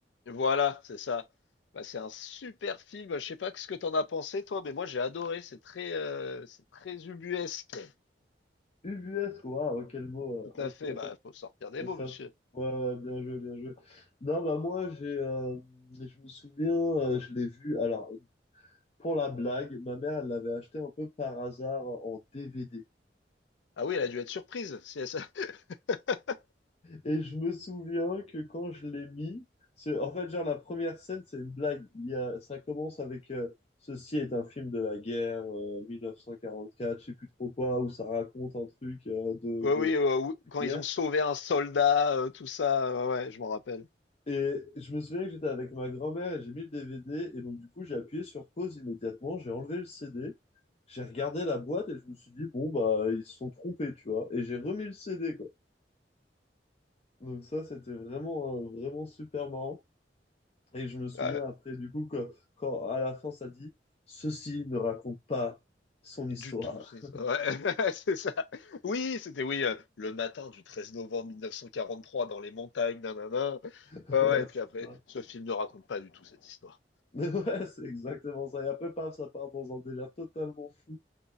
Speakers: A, on the left (about 85°); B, on the left (about 35°).
A: Voilà, c'est ça. Bah, c'est un super film. Je sais pas ce que t'en as pensé, toi, mais moi, j'ai adoré. C'est très, euh, c'est très ubuesque.
B: ubuesque. Waouh, quel mot.
A: Tout
B: euh,
A: à
B: hop,
A: fait. Bah, faut sortir des mots,
B: ça,
A: monsieur.
B: se- ouais, ouais, bien joué, bien joué. Non, bah moi, j'ai, euh, je me souviens, euh, je l'ai vu. Alors, pour la blague, ma mère, elle l'avait acheté un peu par hasard en DVD.
A: Ah oui, elle a dû être surprise. Si elle sa- <laughs>
B: Et je me souviens que quand je l'ai mis, c'est- en fait, genre, la première scène, c'est une blague. Il y a, ça commence avec euh, Ceci est un film de la guerre, euh, 1944, je sais plus trop quoi, où ça raconte un truc euh, de,
A: Ouais,
B: de-
A: oui, euh, ou-
B: de
A: quand
B: guerre.
A: ils ont sauvé un soldat, euh, tout ça. Ouais, ouais, je m'en rappelle.
B: Et je me souviens que j'étais avec ma grand-mère et j'ai mis le DVD. Et donc, du coup, j'ai appuyé sur pause immédiatement, j'ai enlevé le CD, j'ai regardé la boîte et je me suis dit, bon, bah, ils se sont trompés, tu vois. Et j'ai remis le CD, quoi. Donc, ça, c'était vraiment, euh, vraiment super marrant. Et je me souviens
A: Ouais,
B: après, du coup, que, quand à la fin, ça dit, ceci ne raconte pas son histoire.
A: Du tout, c'est ça. Ouais, <laughs> c'est ça. Oui, c'était oui, heu, le matin du 13 novembre 1943 dans les montagnes, nin Ouais,
B: <laughs>
A: ouais,
B: Ouais,
A: et
B: c'est
A: puis après,
B: ça.
A: ce film ne raconte pas du tout cette histoire.
B: Mais ouais, c'est exactement ça. Et après, paf, ça part dans un délire totalement fou.